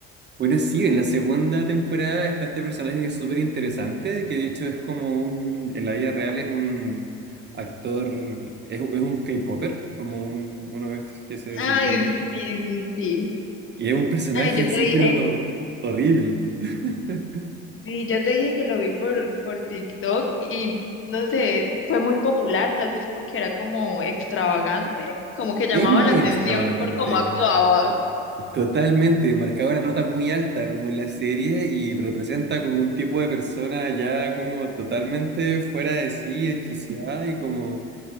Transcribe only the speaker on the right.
Bueno, sí, en la segunda temporada está este personaje que es súper interesante, que de hecho es como un, en la vida real es un actor, es, es un K-popper, como un- uno de estos que se desempeñan
como...
Y es un personaje
así,
pero horrible. <laughs>
Es muy
extravagante,
totalmente, marcaba una nota muy alta como en la serie y representa como un tipo de persona ya como totalmente fuera de sí, desquiciada y como